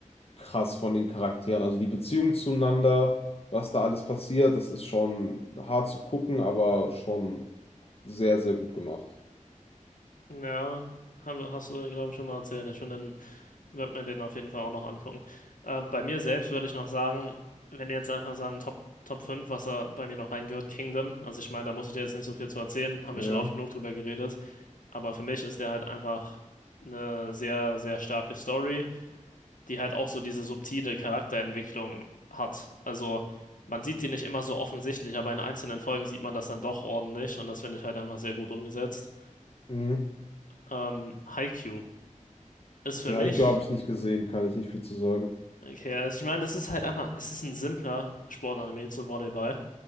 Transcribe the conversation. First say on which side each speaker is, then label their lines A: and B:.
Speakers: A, on the left; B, on the left.
A: krass von den Charakteren. Also, die Beziehung zueinander, was da alles passiert, das ist schon hart zu gucken, aber schon sehr, sehr gut gemacht.
B: ja. Hab, hast du, glaube ich, schon mal erzählt. Ich finde ihn Wird mir den auf jeden Fall auch noch angucken. Äh, bei mir selbst würde ich noch sagen, wenn ihr jetzt einfach sagen, Top, Top 5, was da bei mir noch reingehört, Kingdom. Also ich meine, da muss ich dir jetzt nicht so viel zu erzählen, haben
A: Ja.
B: wir schon oft genug drüber geredet. Aber für mich ist der halt einfach eine sehr, sehr starke Story, die halt auch so diese subtile Charakterentwicklung hat. Also man sieht die nicht immer so offensichtlich, aber in einzelnen Folgen sieht man das dann doch ordentlich und das finde ich halt einfach sehr gut umgesetzt.
A: Mhm.
B: Ähm, Haikyuu ist
A: Okay,
B: für mich
A: Haikyuu habe ich nicht gesehen, kann ich nicht viel zu sagen.
B: Okay, also ich meine, es ist halt einfach, es ist ein simpler Sportanime zu Volleyball,